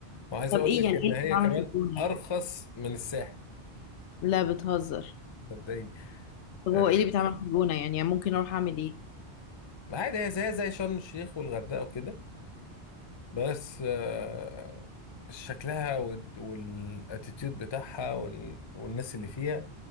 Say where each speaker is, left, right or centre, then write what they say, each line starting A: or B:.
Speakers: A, on the left; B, on the left.
A: وعايز
B: طب
A: اقول
B: ايه
A: لك
B: يعني
A: ان
B: ايه اللي
A: هي
B: بيتعمل
A: كمان
B: في الجونه
A: ارخص
B: يعني
A: من الساحل
B: لا بتهزر
A: صدقيني
B: طب
A: آه،
B: هو ايه اللي بيتعمل في الجونه يعني, يعني ممكن اروح اعمل ايه
A: عادي هي زي زي شرم الشيخ والغردقه وكده بس آه، شكلها والاتيتيود بتاعها وال- والناس اللي فيها